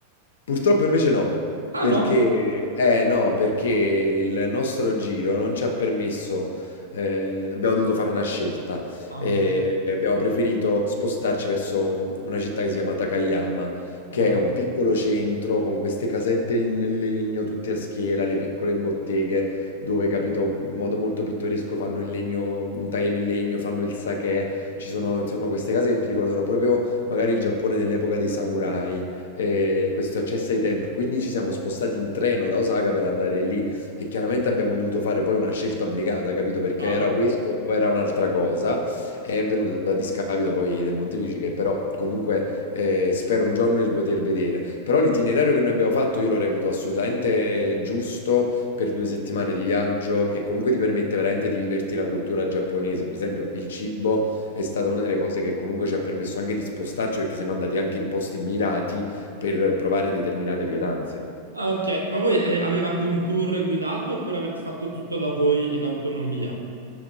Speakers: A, on the left; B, on the right.
A: Purtroppo invece no,
B: Ah
A: perché,
B: no?
A: eh, no, perché il nostro giro non ci ha permesso, eh, abbiamo dovuto fare una scelta,
B: Ah,
A: eh, abbiamo preferito spostarci verso un- una città che si chiama Takayama, che
B: ah,
A: è un piccolo centro con queste casette in legno, tutte a schiera, le piccole botteghe, dove, capito, in modo molto pittoresco fanno il legno, intagliano il legno, fanno il sake, ci sono insomma queste case che ti ricordano proprio magari il Giappone dell'epoca dei samurai eh, questo accesso ai tempi. Quindi ci siamo spostati in treno da Osaka per andare lì e chiaramente abbiamo dovuto fare poi una scelta obbligata, capito? Perché
B: chiaro.
A: era questo o era un'altra cosa. È venuto a discapito poi del Montefici, che però comunque eh, spero un giorno di poter vedere. Però l'itinerario che noi abbiamo fatto io lo reputo assolutamente giusto per due settimane di viaggio e comunque ti permette veramente di viverti la cultura giapponese. Per esempio, il cibo è stata una delle cose che comunque ci ha permesso anche di spostarci perché siamo andati anche in posti mirati per provare determinate pietanze.
B: Ah, ok. Ma voi eh, avevate un tour guidato oppure avete fatto tutto da voi in autonomia?